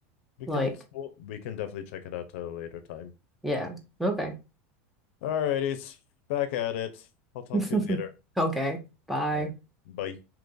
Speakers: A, on the left; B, in the centre.
A: we
B: Like,
A: can well, we can definitely check it out at a later time.
B: yeah. Okay.
A: All righties, back at it. I'll talk
B: <laughs>
A: to you later.
B: Okay. Bye.
A: All right, bye.